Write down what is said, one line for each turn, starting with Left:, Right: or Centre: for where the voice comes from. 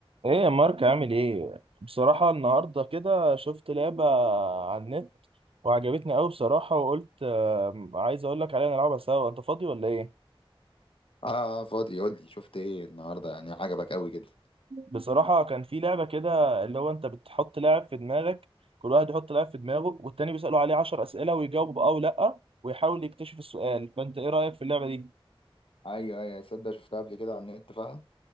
Right: ايه يا مارك عامل ايه بصراحة النهاردة كده شفت لعبة على النت وعجبتني قوي بصراحة وقلت آه، عايز اقول لك عليها نلعبها سوا انت فاضي ولا ايه
Left: اه فاضي قول لي شفت ايه النهارده يعني عجبك قوي كده
Right: بصراحة كان في لعبة كده اللي هو انت بتحط لاعب في دماغك كل واحد يحط لاعب في دماغه والتاني بيسأله عليه عشر أسئلة ويجاوب بأه ولا ويحاول يكتشف السؤال فانت ايه رأيك في اللعبة دي
Left: ايوه ايوه صدق شفتها قبل كده على النت فعلا